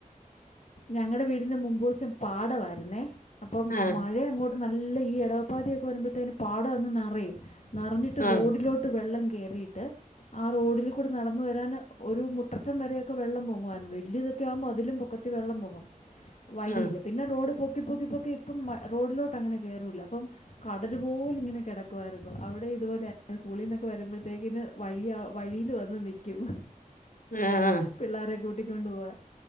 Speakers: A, on the left; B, on the left.
A: ഞങ്ങടെ വീടിന് മുമ്പുവശം പാടമായിരുന്നേ അപ്പം
B: ആഹ്
A: മഴ ങ്ങോട്ട് നല്ല ഈ ഇടവപ്പാതിയൊക്കെ വരുമ്പോഴത്തേന് പാടം അങ്ങ് നിറയും നിറഞ്ഞിട്ട് റോഡിലോട്ട്
B: ആഹ്
A: റോഡിലോട്ട് വെള്ളം കയറിയിട്ട് ആഹ് റോഡിൽ കൂടെ നടന്ന് വരാൻ ഒരു മുട്ടറ്റം വരെയൊക്കെ വെള്ളം പോങ്ങുവാരുന്നു വലിയതൊക്കെ ആകുമ്പോൾ അതിലും പൊക്കത്തി വെള്ളം പോങ്ങും വഴിയില്
B: ആഹ്
A: പിന്നെ റോഡ് പൊക്കി പൊക്കി പൊക്കി ഇപ്പം മ റോഡിലോട്ട് അങ്ങനെ കേറുല്ല അപ്പം കടല് പോലെ ഇങ്ങനെ കിടക്കുവായിരുന്നു അവിടെ ഇതുപോലെ സ്കൂളിൽന്നൊക്കെ വരുമ്പോഴത്തേക്കിന് വഴിയില് വഴിയിൽ വന്ന് നിൽക്കും
B: ആഹ്
A: പിള്ളേരെ കൂട്ടിക്കൊണ്ട് പോവാൻ